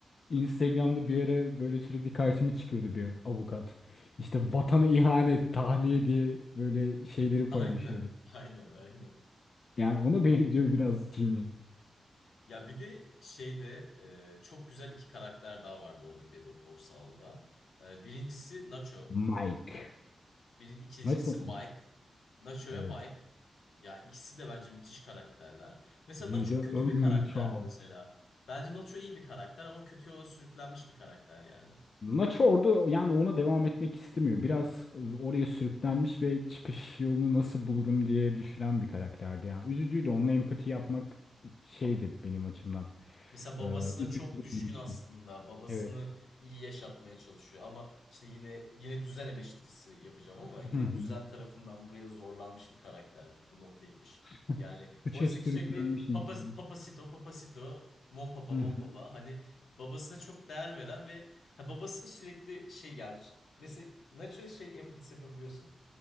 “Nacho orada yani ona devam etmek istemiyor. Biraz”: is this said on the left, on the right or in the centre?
Left